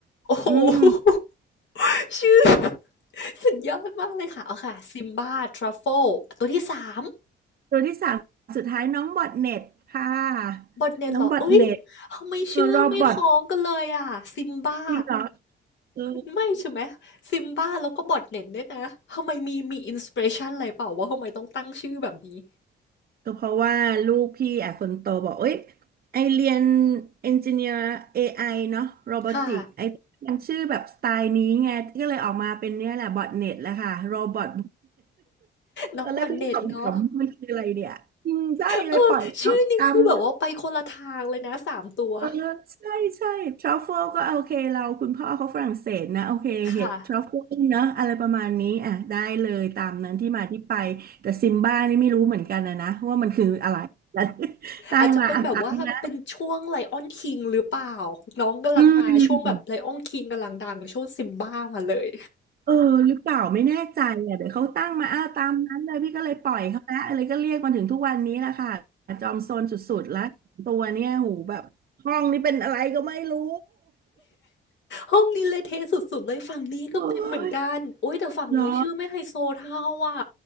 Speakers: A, on the left; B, on the right.
A: โอ้โ
B: อืม
A: ฮ <laughs> ชื่อ <laughs> สุดยอดมากเลยค่ะเอาค่ะซิมบ้าทรัฟเฟิลตัวที่สาม
B: ตัวที่สามสุดท้ายน้องบอทเน็ตค่ะ
A: บอทเนนเหรอเอ้ย
B: น้องบอทเน็ต
A: ทำไมชื่อไม่คล้องกันเลยอ่ะซิมบ้า
B: เออรอบบอทจริงเหรอเออ
A: ไม่ใช่ไหมซิมบ้าแล้วก็บอทเนนด้วยนะทำไมมีมีอินสปิเรชันอะไรเปล่าว่าทำไมต้องตั้งชื่อแบบนี้
B: ก็เพราะว่าลูกพี่อ่ะคนโตบอกเอ้ยไอเรียนเอนจิเนียร์ AI เนาะโรบอติกไอมันชื่อแบบสไตล์นี้ไงก็เลยออกมาเป็นเนี่ยแหละบอทเน็ตแหละค่ะโรบอท
A: ค่ะ น้องบอนเน็ตเนาะ
B: เออแล้วพี่ขำๆมันคืออะไรเนี่ยอืมใช่เลยปล่อยเอาตามนะ
A: เออชื่อนี่คือแบบว่าไปคนละทางเลยนะสามตัว
B: เออใช่ใช่ทรัฟเฟิลก็โอเคเราคุณพ่อเขาฝรั่งเศสนะโอเคเห็ดทรัฟเฟิลเนอะอะไรประมาณนี้อ่ะได้เลยตามนั้นที่มาที่ไปแต่ซิมบ้านี่ไม่รู้เหมือนกันนะนะว่ามันคืออะไร
A: ค่ะ
B: <laughs> ตั้งมาอ่ะตามนะ
A: อาจจะเป็นแบบว่าเป็นช่วงไลออนคิงหรือเปล่าน้องกำลังมาช่วงแบบไลออนคิงกำลังดังช่วงซิมบ้ามาเลย
B: อืม เออหรือเปล่าไม่แน่ใจอ่ะเดี๋ยวเขาตั้งมาอ้าวตามนั้นเลยพี่ก็เลยปล่อยเขาละอะไรก็เรียกมาถึงทุกวันนี้แหละค่ะจอมซนสุดๆแล้วตัวเนี่ยหูแบบห้องนี้เป็นอะไรก็ไม่รู้
A: ห้องนี้เละเทะสุดๆเลยฝั่งนี้ก็เป็นเหมือนกันโอ้ยแต่ฝั่งนี้ชื่อไม่ไฮโซเท่าอ่ะ
B: โอ้ยเหรอ